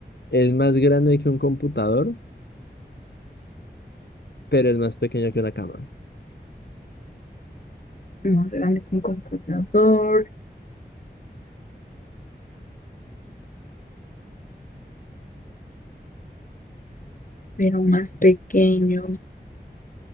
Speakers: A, on the left; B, on the left.
A: Es más grande que un computador, pero es más pequeño que una cama.
B: más grande que un computador, pero más pequeño